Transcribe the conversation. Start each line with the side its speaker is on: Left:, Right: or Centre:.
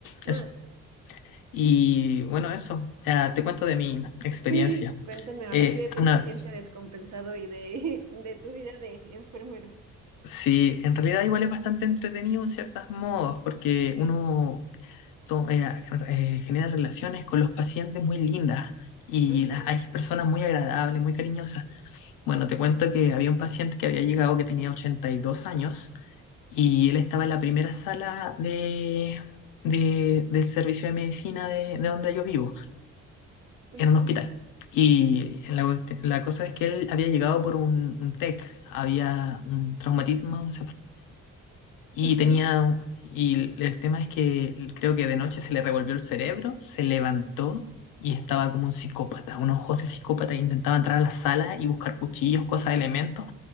Right: ah.
Left: Eso. Y bueno, eso, ah, te cuento de mi experiencia.
Right: Sí, cuéntame ahora
Left: Eh,
Right: sí de tu
Left: Ana,
Right: paciente descompensado y de, <laughs> de tu vida de enfermero.
Left: sí, en realidad igual es bastante entretenido en ciertos modos, porque uno to- eh, eh, genera relaciones con los pacientes muy lindas y
Right: Ujú,
Left: la- hay personas muy agradables, muy cariñosas. Bueno, te cuento que había un paciente que había llegado que tenía 82 años y él estaba en la primera sala de, de- del servicio de medicina de de donde yo vivo.
Right: ujú,
Left: en un hospital. Y la, cuest- la cosa es que él había llegado por un, un TEC, había un traumatismo un y
Right: Ajá.
Left: tenía... Y el tema es que creo que de noche se le revolvió el cerebro, se levantó y estaba como un psicópata, unos ojos de psicópata que intentaba entrar a la sala y buscar cuchillos, cosas, elementos,